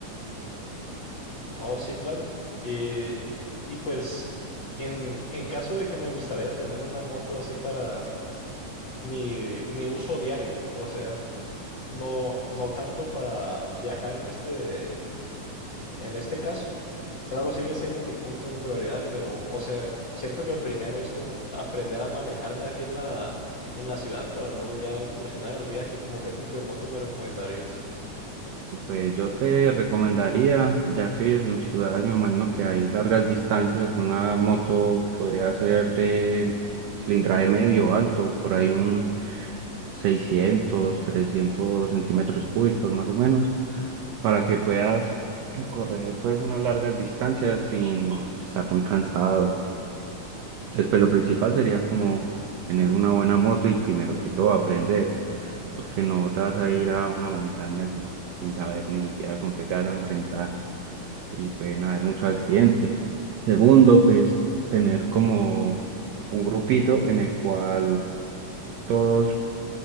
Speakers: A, on the left (about 85°); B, on the right (about 85°).
A: Oh, sí, claro. Y, y pues en, en caso de que me gustaría tener una moto así para mi, mi uso diario, o sea, no, no tanto para viajar en este En este caso, claro, sigue siendo mi punto, mi prioridad, pero, o sea, siento que primero es como aprender a manejarme aquí en la, en la ciudad para luego ya incursionar en el viaje, como qué tipo de moto me recomendarías.
B: Pues yo te recomendaría, ya que vives en ciudades, me imagino que hay largas distancias, una moto podría ser de cilindraje medio o alto, por ahí un 600, 300 centímetros cúbicos más o menos, para que puedas recorrer pues unas largas distancias sin estar muy cansado. Entonces, pues lo principal sería como tener una buena moto y primero que todo aprender, porque no te vas a ir a una montaña sin, sin saber ni siquiera con qué te vas a enfrentar y pueden haber muchos accidentes. Segundo, pues tener como un grupito en el cual todos